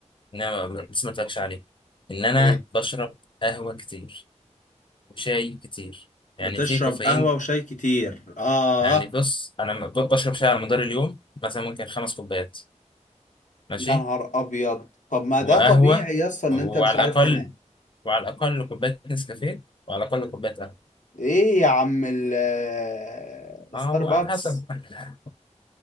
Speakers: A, on the left; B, on the left.
A: ان انا ما- لسه ما قلتلكش عليه ان انا
B: ايه
A: بشرب قهوه كتير وشاي كتير يعني
B: بتشرب
A: في كافيين
B: قهوة وشاي كتير اه
A: يعني بص انا ب- بشرب شاي على مدار اليوم مثلا ممكن خمس كوبايات ماشي
B: يا نهار ابيض طب ما
A: وقهوه
B: ده طبيعي يا اسطى ان
A: وعلى
B: انت مش عارف
A: الاقل
B: تنام
A: وعلى الاقل كوبايه نسكافيه وعلى الاقل كوبايه قهوه
B: ايه يا عم ال-
A: اه
B: ستاربكس
A: وعلى حسب <laughs>